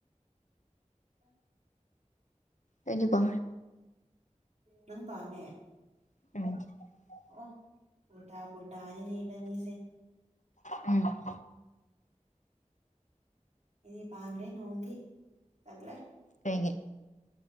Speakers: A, on the right; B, on the left.
A: <inaudible>
B: ꯑꯩꯗꯤ ꯀꯣ
A: ꯅꯪ ꯄꯥꯝꯃꯦ
B: <unintelligible>
A: ꯑꯣ ꯄꯣꯇꯥ ꯄꯣꯇꯥꯅꯤꯅꯦ ꯏꯕꯥꯟꯅꯤꯁꯦ
B: ꯎꯝ
A: ꯑꯩꯗꯤ ꯄꯥꯝꯗ꯭ꯔꯦ ꯅꯣꯡꯗꯤ ꯇꯜꯂꯦ
B: ꯀꯩꯒꯤ